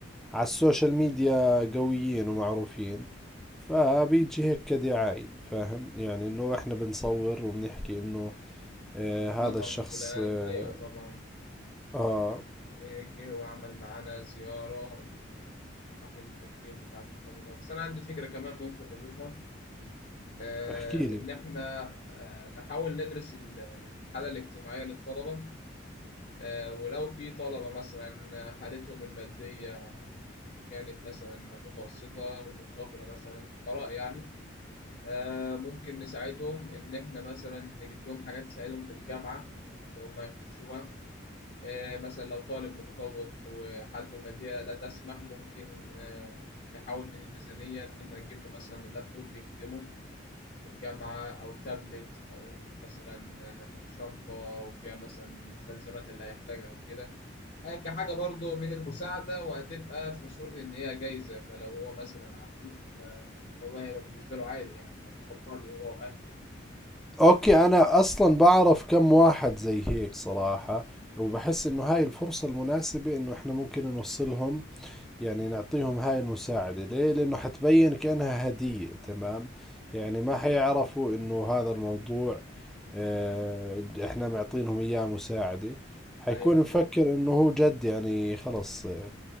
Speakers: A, in the centre; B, on the left.
A: على السوشيال ميديا قويين ومعروفين فبيجي هيك كدعاية فاهم يعني انه احنا بنصور وبنحكي انه اه هذا
B: مطعم
A: الشخص
B: فلان
A: اه,
B: ايوه طبعا
A: اه
B: إيه، جه وعمل معانا زيارة ل- لحفلة التكريم بتاعة الطلبة بس انا عندي فكرة كمان ممكن نضيفها آه،
A: احكي لي
B: ان احنا آه، نحاول ندرس ال- الحالة الاجتماعية للطلبة آه، ولو في طلبة مثلا حالتهم المادية كانت مثلا متوسطة ومنخفضة مثلا فقراء يعني آه، ممكن نساعدهم إن إحنا مثلا نجيب لهم حاجات تساعدهم في الجامعة اللي هم يخشوها آه، مثلا لو طالب متفوق وحالته المادية لا تسمح ممكن آه، نحاول من الميزانية إن إحنا نجيب له مثلا لابتوب بيخدمه في الجامعة أو تابلت أو مثلا آه، شنطة وفيها مثلا المستلزمات اللي هيحتاجها وكده آه، كحاجة برضو من المساعدة وهتبقى في صورة إن هي جايزة فلو هو مثلا عفيف فالموضوع هيبقى بالنسبة له عادي يعني هتقبله هو وأهله
A: اوكي انا اصلا بعرف كم واحد زي هيك صراحة وبحس انه هاي الفرصة المناسبة انه احنا ممكن نوصلهم يعني نعطيهم هاي المساعدة ليه لأنه حتبين كأنها هدية تمام يعني ما حيعرفوا إنه هذا الموضوع آه، إحنا معطينهم إياه مساعدة حيكون
B: يعني أيوه بالظبط
A: مفكر إنه هو جد يعني خلص آه،